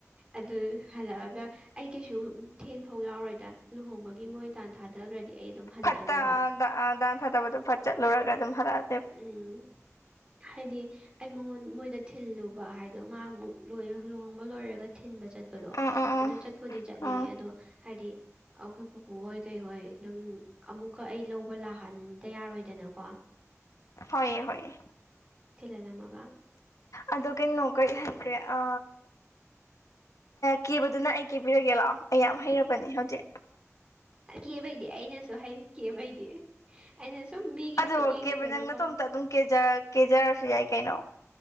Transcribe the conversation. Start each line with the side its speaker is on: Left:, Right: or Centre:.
Right: ꯑꯗꯨ ꯍꯜꯂꯛꯑꯒ ꯑꯩ ꯀꯩꯁꯨ ꯊꯦꯡ ꯐꯥꯎ ꯌꯥꯎꯔꯣꯏꯗ ꯂꯨꯍꯣꯡꯕꯒꯤ ꯃꯣꯏ ꯟ ꯊꯥꯗꯈ꯭ꯔꯗꯤ ꯑꯩ ꯑꯗꯨꯝ ꯍꯜꯂꯛꯑꯅꯦꯕ
Left: ꯐꯠꯇ ꯑ ꯗꯥꯟ ꯊꯥꯗꯕꯗꯣ ꯐꯠ ꯆꯠꯂꯨꯔꯒ ꯑꯗꯨꯝ ꯍꯂꯑ
Right: ꯎꯝ ꯍꯥꯏꯗꯤ ꯑꯩ ꯃꯉꯣꯟ ꯃꯣꯏꯗ ꯊꯤꯜꯂꯨꯕ ꯍꯥꯏꯗꯣ ꯃꯥ ꯑꯃꯨꯛ ꯂꯣꯏ ꯂꯨꯍꯣꯡꯕ ꯂꯣꯏꯔꯒ ꯊꯤꯟꯕ ꯆꯠꯄꯗꯣ
Left: ꯎꯝ ꯎꯝ ꯎꯝ
Right: ꯑꯗ ꯆꯠꯄꯨꯗꯤ ꯆꯠꯅꯤꯡꯉꯦ
Left: ꯎꯝ
Right: ꯑꯗꯣ ꯍꯥꯏꯗꯤ ꯑꯩꯈꯣꯏ ꯄꯨꯄꯨ ꯍꯣꯏ ꯀꯩꯍꯣꯏ ꯑꯗꯨꯝ ꯑꯃꯨꯛꯀ ꯑꯩ ꯂꯧꯕ ꯂꯥꯛ ꯐꯍꯟꯗ ꯌꯥꯔꯣꯏꯗꯅꯀꯣ
Left: ꯍꯣꯏꯑ ꯍꯣꯏꯌꯦ
Right: ꯊꯤꯂꯂ ꯃꯒ
Left: ꯑꯗꯣ ꯀꯩꯅꯩꯅꯣ ꯀꯔꯤ ꯍꯥꯏꯈ꯭ꯔꯦ ꯑ ꯀꯤꯕꯗꯨ ꯅꯪ ꯑꯩ ꯀꯦꯕꯤꯔꯒꯦ ꯂꯥꯛꯑꯣ ꯑꯩ ꯌꯥꯝ ꯍꯩꯔꯕꯅꯦ ꯍꯧꯖꯤꯛ
Right: ꯀꯦꯕꯩꯗꯤ ꯑꯩꯅꯁꯨ ꯍꯩ ꯀꯦꯕꯩꯗꯤ ꯑꯩꯅ ꯁꯨꯝ ꯃꯤꯒꯤ
Left: ꯑꯗꯣ
Right: ꯈꯨꯠ ꯌꯦꯡꯅꯤꯡꯕꯗꯣꯀꯣ
Left: ꯀꯦꯕꯖꯪ ꯅꯇꯣꯝꯇ ꯑꯗꯨꯝ ꯀꯦꯖꯔꯁꯨ ꯌꯥꯏ ꯀꯩꯅꯣ